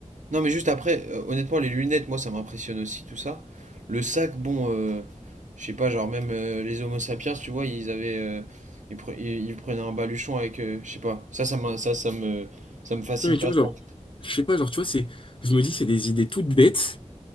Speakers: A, on the right (about 80°); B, on the left (about 45°).
A: Non, mais juste après, euh, honnêtement, les lunettes, moi, ça m'impressionne aussi, tout ça. Le sac, bon, euh, je sais pas, genre même euh, les Homo sapiens, tu vois, ils avaient, euh, ils, pre- ils- ils prenaient un baluchon avec, euh, je sais pas, ça, ça, m'in- ça, ça me, ça me fascine
B: Non, mais tu
A: pas
B: vois,
A: trop.
B: genre, je sais pas, genre, tu vois, c'est, je me dis, c'est des idées toutes bêtes